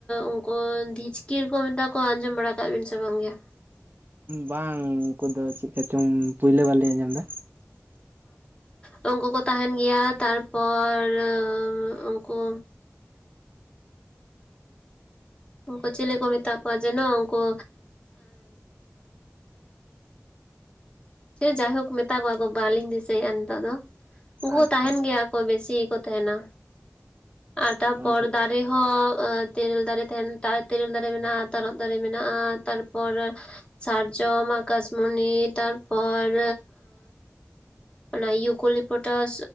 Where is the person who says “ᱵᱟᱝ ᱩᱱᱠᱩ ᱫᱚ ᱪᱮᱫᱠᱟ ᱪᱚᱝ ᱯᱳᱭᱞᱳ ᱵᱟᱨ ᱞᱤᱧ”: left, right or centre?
Right